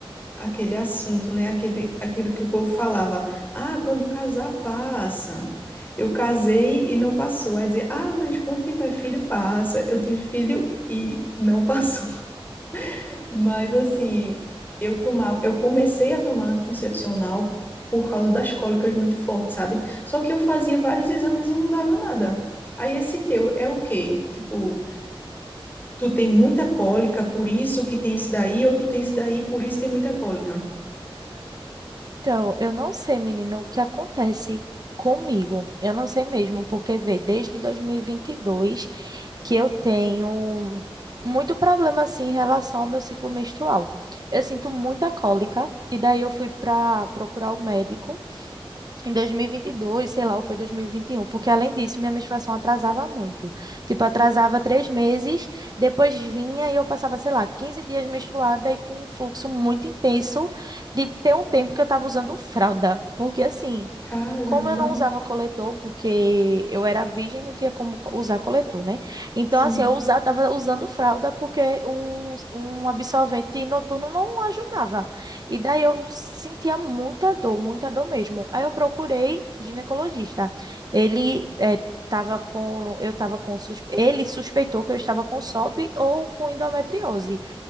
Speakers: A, on the left; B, on the right.
A: aquele assunto, né? Aquele, aquilo que o povo falava. Ah, quando casar, passa. Eu casei e não passou. Aí dizer, ah, mas quando tiver filho, passa. Eu tive filho e não passou. <laughs> Mas assim, eu tomava, eu comecei a tomar anticoncepcional por causa das cólicas muito fortes, sabe? Só que eu fazia vários exames e não dava nada. Aí esse teu é o quê? Tipo, tu tem muita cólica, por isso que tem esse daí, ou tu tem esse daí, por isso tem muita cólica.
B: Então, eu não sei, menina, o que acontece comigo. Eu não sei mesmo, porque vê, desde dois mil e e vinte e dois que eu tenho muito problema assim em relação ao meu ciclo menstrual. Eu sinto muita cólica e daí eu fui para procurar o médico. em 2022, sei lá, ou foi 2021, porque além disso, minha menstruação atrasava muito. Tipo, atrasava três meses, depois vinha e eu passava, sei lá, 15 dias menstruada e com um fluxo muito intenso de ter um tempo que eu tava usando fralda. Porque assim,
A: Caramba,
B: como eu não usava coletor, porque eu era virgem, não tinha como co- usar coletor, né? Então,
A: sim.
B: assim, eu usava, tava usando fralda porque um, um absorvente noturno não ajudava. E daí eu sentia muita dor, muita dor mesmo. Aí eu procurei ginecologista. Ele eh, tava com, eu tava com, sus- ele suspeitou que eu estava com SOP ou com endometriose.